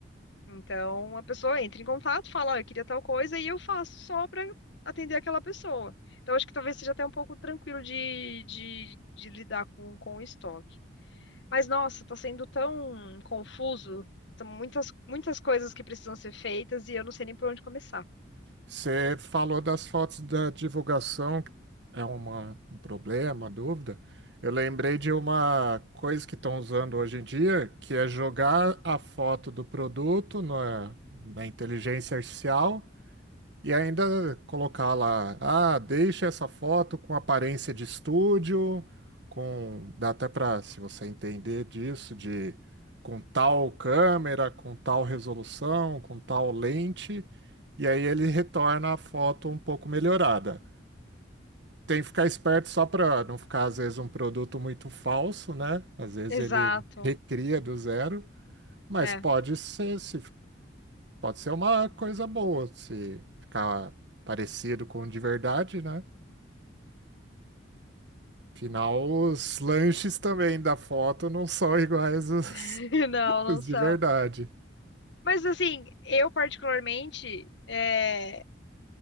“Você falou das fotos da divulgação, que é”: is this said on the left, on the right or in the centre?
Right